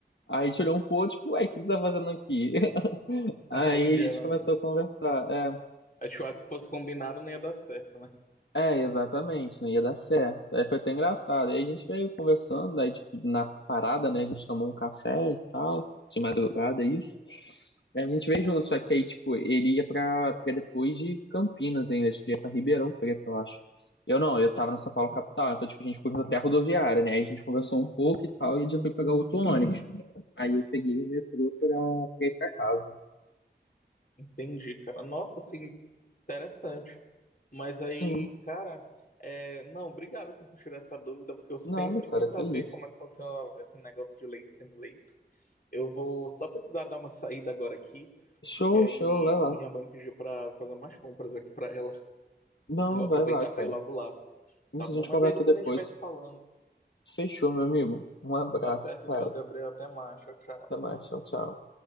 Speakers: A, on the left; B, on the left.
A: Aí a gente olhou um pouco, tipo, ué, o que você tá fazendo aqui? <laughs> Aí
B: <laughs> Aí gera,
A: a gente começou
B: né?
A: a conversar. é.
B: Acho que se fosse combinado não ia dar certo, né?
A: É, exatamente, não ia dar certo. Aí foi até engraçado. Aí a gente veio conversando, aí tipo, na parada, né, a gente tomou um café e tal, de madrugada, isso. Aí a gente veio junto, só que aí, tipo, ele ia pra, pra depois de Campinas ainda, acho que ele ia pra Ribeirão Preto, eu acho. Eu não, eu tava na São Paulo capital, então, tipo, a gente foi até a rodoviária, né, aí a gente conversou um pouco e tal, e já foi pegar outro ônibus. Aí eu peguei o metrô pra, pra ir pra casa.
B: Entendi, cara. Nossa, assim, interessante. Mas aí,
A: Sim,
B: cara, é, não, obrigado assim por tirar essa dúvida, porque eu sempre
A: nada, cara,
B: quis saber
A: que isso.
B: como é que funciona esse negócio de leite e semi-leito. Eu vou só precisar dar uma saída agora aqui,
A: Show,
B: que aí
A: show, vai lá.
B: minha mãe pediu pra fazer umas compras aqui pra ela.
A: Não,
B: Eu vou
A: vai
B: aproveitar
A: lá,
B: pra
A: cara.
B: ir logo lá,
A: Isso
B: tá bom?
A: a gente
B: Mas
A: conversa
B: aí depois
A: depois.
B: a gente vai se falando.
A: Fechou, meu amigo. Um abraço,
B: Tá certo
A: cara.
B: então, Gabriel. Até mais. Tchau, tchau.
A: Até mais. Tchau, tchau.